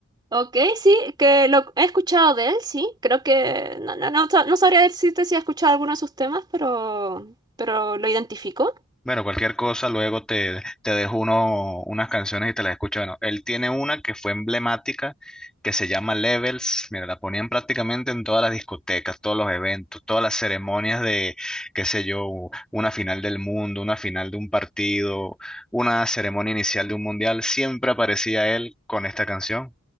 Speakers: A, on the right; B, in the centre.
A: Ok, sí, que lo he escuchado de él, sí. Creo que no, no, no, sa- no sabría decirte si he escuchado alguno de sus temas, pero, pero lo identifico.
B: Bueno, cualquier cosa, luego te, te dejo uno, unas canciones y te las escucho. Bueno, él tiene una que fue emblemática, que se llama Levels. Mira, la ponían prácticamente en todas las discotecas, todos los eventos, todas las ceremonias de, qué sé yo, una final del mundo, una final de un partido, una ceremonia inicial de un mundial. Siempre aparecía él con esta canción,